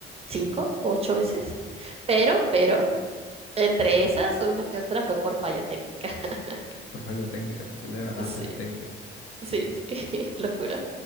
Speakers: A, on the right (about 30°); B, on the left (about 70°).
A: cinco o ocho veces, pero, pero, entre esas, una que otra fue por falla técnica. <laughs>
B: Por falla técnica, pues, de verdad,
A: Sí,
B: falla técnica.
A: sí, sí, <laughs> lo juro.